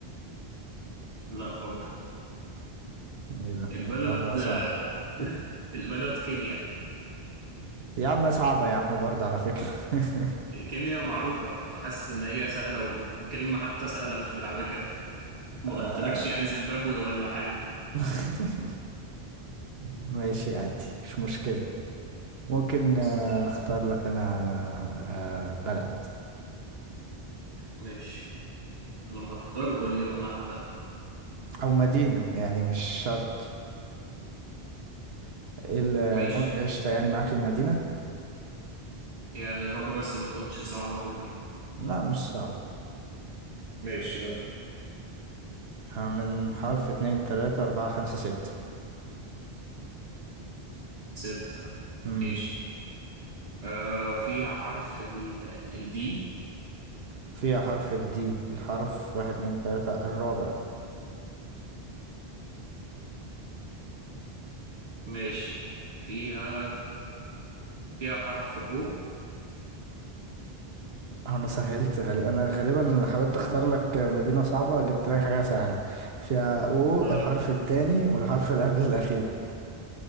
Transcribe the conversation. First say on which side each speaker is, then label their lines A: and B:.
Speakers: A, on the right (about 85°); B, on the right (about 70°).
A: لا برضه
B: ايه ده
A: البلد
B: الموضوع بقى صعب
A: آه، <laughs> البلد كينيا
B: يا عم صعبة يا عم برضه على فكرة <laughs>
A: كينيا معروفة حاسس ان هي سهلة والكلمة حتى سهلة مش ملعبكة ما
B: آه،
A: قلتلكش يعني زيمبابوي ولا حاجة
B: <laughs> ماشي عادي مش مشكلة ممكن
A: بس
B: آه،
A: مش يعني
B: اختار لك انا آه، بلد
A: ماشي لما تختار قول لي وانا هبدأ بقى
B: او مدينة يعني مش شرط ال-
A: ماشي
B: عشت يعني معاك المدينة
A: يعني يا رب بس ما تكونش صعبة أوي يعني
B: لا مش صعب
A: ماشي يلا
B: آه، من حرف اتنين تلاتة اربعة خمسة ستة
A: ستة
B: امم
A: ماشي آه فيها حرف ال الدي
B: فيها حرف الدي الحرف واحد اتنين تلاتة الرابع
A: ماشي فيها فيها حرف أو
B: انا سهلت غالي انا غالبا حاولت اختار لك مدينة صعبة جبت لك حاجة سهلة فيها او
A: اه
B: الحرف التاني والحرف اللي قبل الاخير